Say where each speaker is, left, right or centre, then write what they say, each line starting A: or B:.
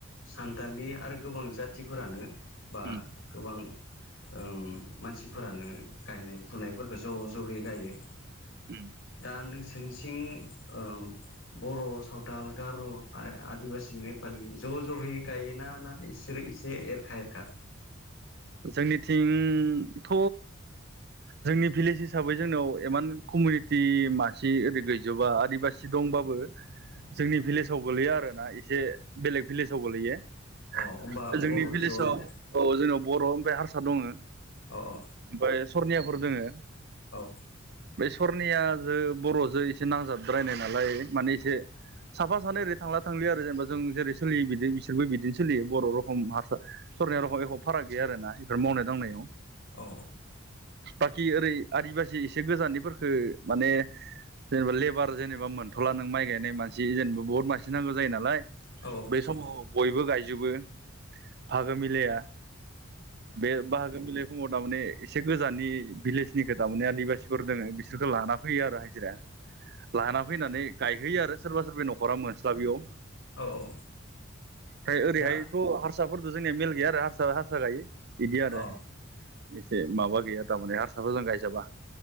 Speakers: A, on the left; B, on the right.
A: सानथालि आरो गोबां जाथिफोरानो बा
B: उम
A: गोबां ओ मानसिफोरानो गायनाय फुनायफोरखो ज' ज' जहै गायो
B: उम
A: दा नोंसोर निथिं ओ‌ बर सावथाल गार‌ आदिबासि नेपालि ज ज जहोयै गायोना ना इसोरो एसे एरखा एरखा
B: जोंनिथिंथ' जोंनि भिलेज हिसाबै जोंनाव एमान कमिउनिटि मासि ओरै गैजोबा आदिबासि दं। बाबो जोंनि भिलेजाव गोलैया आरो ना एसे बेलेग भिलेजाव गोलैयो। जोंनि
A: अ होमबा बर'
B: भिलेजाव
A: ज' न'
B: औ जेनबा अ' ओमफ्राय हारसा दङो ओमफ्राय
A: औ औ
B: सनियाफोर दोङो।
A: औ
B: बे सरनिया जो बरजो एसे नांजाबद्रायनाय नालाय माने एसे साफा सानै ओरै थांला थांलि आरो जेनेबा जों जेरै सोलियो बिदि बिसोरबो बिदिनो सोलियो बर रखम हारसा सरनिया रखम एख फाराग गैया आरोना बेफोर मावनाय दांनायाव
A: औ
B: बाकि ओरै आदिबासि एसे गोजाननिफोरफोरखो माने जेनेबा लेबार जेनेबा मोनथला नों माइ गायनाय मानसि जेनेबा बुहुत मानसि नांगौ जायो नालाय
A: औ
B: बे समाव बयबो गायजोबो आगो मिलाया बे बाहागो मिलाय समाव तामाने एसे गोजाननि भिलेजनिखौ तामाने आदिबासिफोर दोङो बिसोरखौ लाना फैयो आरो हाजिरा लाना फैनानै गायहैयो आरो सोरबा सोरब नखरा मोनस्लाबैयाव
A: औ औ
B: फ्राय ओरैहायथ
A: दा
B: हारसाफोरदो जोंनिया मेल गैया आरो हारसा हारसा सा गायो बिदि आरो
A: औ
B: एसे माबा गैया थारमाने हारसाफोर जों गायजाबा